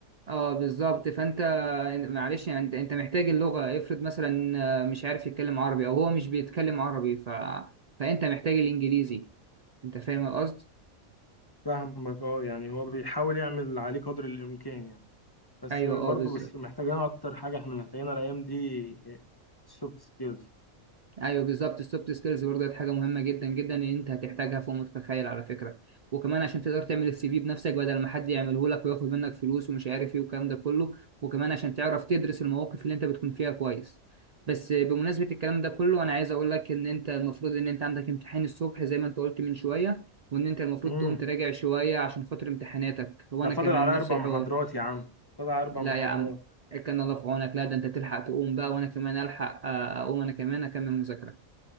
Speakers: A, on the right; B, on the left.
A: اه بالظبط فانت معلش يعني انت انت محتاج اللغه افرض مثلا آه، مش عارف يتكلم عربي او هو مش بيتكلم عربي ف فانت محتاج الانجليزي انت فاهم القصد
B: فاهمك اه يعني هو بيحاول يعمل اللي عليه قدر الإمكان يعني بس
A: ايوه
B: برضو
A: اه بالظبط
B: بس محتاجين اكتر حاجه احنا محتاجينها الايام دي السوفت سكيلز
A: ايوه بالظبط السوفت سكيلز برضه دي حاجه مهمه جدا جدا ان انت هتحتاجها فوق ما تتخيل على فكره وكمان عشان تقدر تعمل السي في بنفسك بدل ما حد يعمله لك وياخد منك فلوس ومش عارف ايه والكلام ده كله وكمان عشان تعرف تدرس المواقف اللي انت بتكون فيها كويس بس بمناسبه الكلام ده كله انا عايز اقول لك ان انت المفروض ان انت عندك امتحان الصبح زي ما انت قلت من شويه وان انت المفروض
B: امم
A: تقوم تراجع شويه عشان خاطر امتحاناتك وانا
B: ده فاضل
A: كمان
B: على
A: نفس
B: اربع
A: الحوار
B: محاضرات يا عم فاضل على اربع
A: لا
B: محاضرات
A: يا عم كان الله في عونك لا ده انت تلحق تقوم بقى وانا كمان الحق آه، اقوم انا كمان اكمل مذاكره